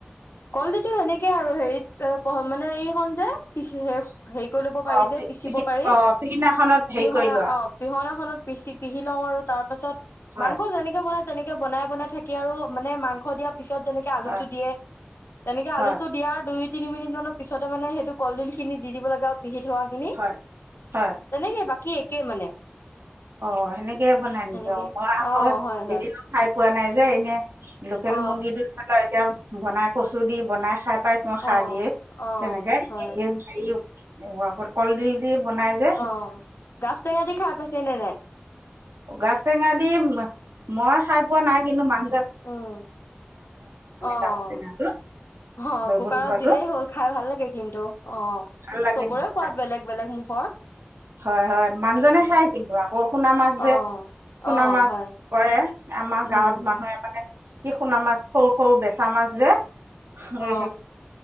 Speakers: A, on the left; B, on the right.
A: কলডিলটো সেনেকে আৰু হেৰিত এ পঢ় মানে সৈইখন যে, পিচি সেইখ হেৰি কৰি ল'ব পাৰি
B: অ',
A: যে, পিচিব পাৰি।
B: অ', পিছদিনাখনত হেৰি
A: পিহনা
B: কৰি লোৱা
A: অ', পিহনাখনত পিচি পিহি লওঁ আৰু, তাৰ পাছত
B: হয়,
A: মাংস যেনেকে বনাই তেনেকে বনাই বনাই থাকি আৰু মানে মাংস দিয়া পিছত যেনেকে আলুটো
B: হয়,
A: দিয়ে তেনেকে
B: হয়,
A: আলু টো দিয়াৰ দুই তিনি মিনিট মানৰ পিছতে মানে সেইটো কলডিল খিনি দি দিব লগে আৰু পিহি থোৱা খিনি।
B: হয়, হয়,
A: তেনেকেই বাকী কি একে মানে?
B: অ' সেনেকেই বনাই নিজে
A: সেনেকে
B: অ', মই আকৌ
A: হয় হয়
B: এদিনোঁ খাই পোৱা নাই যে এনেই লোকেল
A: অ
B: মুৰ্গী দুড খালেও এতিয়া বনাই কচু দি বনাই খাই পাইছোঁ, সাৰ
A: অ
B: দিয়ে,
A: অ
B: তেনেকে
A: হয়
B: হেৰিও মোৰ আকৌ কলডিল দি বনাই যে
A: অ'! গাছ টেঙা দি খাই পাইছে নাই?
B: গাছ টেঙা দি মান মই খাই পোৱা নাই কিন্তু মাং
A: উম, অ',
B: গাজ টেঙাটো
A: অ'হ কুকাৰত
B: গোন্ধটো
A: দিলেই হ'ল, খাই ভাল লাগে কিন্তু, অ',
B: ভাল লাগে
A: চবৰে সোৱাদ
B: খাই
A: বেলেগ-বেলেগ মুখৰ।
B: হয় হয়, মানুহজনে
A: সেইটোৱে
B: খাই কিন্তু আমাৰ। সোণা মাছ
A: অ
B: যে, সোণ
A: অ
B: মাছ,
A: হয়
B: কৰে। আমাৰ
A: উম
B: গাঁৱত মানুহে মানে কি সোণা মাছ, সৰু-সৰু বেচা মাছ যে। <unintelligible>
A: অ